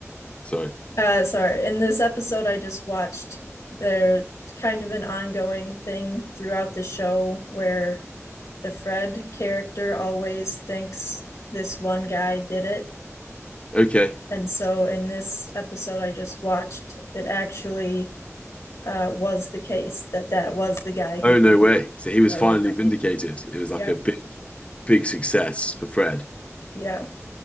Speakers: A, on the left (about 25°); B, on the left (about 75°).
A: so
B: uh, sorry, in this episode I just watched, there's kind of an ongoing thing throughout the show where the Fred character always thinks this one guy did it
A: okay.
B: And so in this episode I just watched, it actually uh, was the case that that was the guy who.
A: Oh no way. So he was
B: Oh
A: finally
B: yeah,
A: vindicated. It was like
B: yeah,
A: a big big success for Fred.
B: yeah.